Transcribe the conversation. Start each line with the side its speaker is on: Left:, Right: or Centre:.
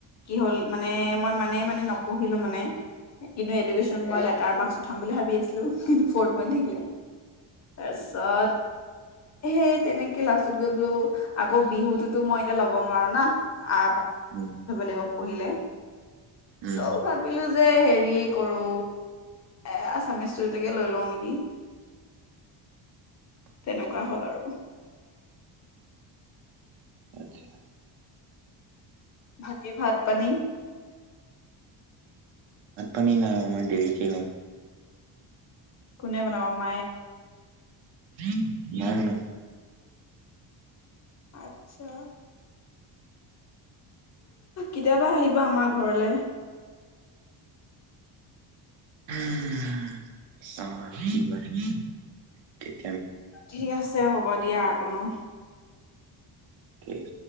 Left: কি হ'ল মানে মই মানে মানে নপঢ়িলো মানে কিন্তু এডুকেশ্যনত মই লেটাৰ মাৰ্ক উঠাম বুলি ভাবি আছিলো কিন্তু ফৰ্ট বনি থাকিলে তাৰপিছত সেই তেনেকে লাষ্টত গৈ বোলো আকৌ বিহুতোতো মই এতিয়া ল'ব নোৱাৰো না আ
Right: উম
Left: লিবে
Right: উম
Left: ত ভ যে হেৰি কৰো এ আছামিছ টাকে লৈ লওঁ নেকি তেনেকুৱা হ'ল আৰু
Right: আচ্ছা
Left: ভাকী ভাত পানী
Right: প নী নাগ মিকে হ
Left: কোনে বন ম
Right: উ লঙ ন
Left: আচ্ছা কেতিয়াবা আহিব আমাৰ ঘৰলে
Right: চ
Left: ঠিক আছে হ'ব দিয়া আকনো
Right: ঠিক আ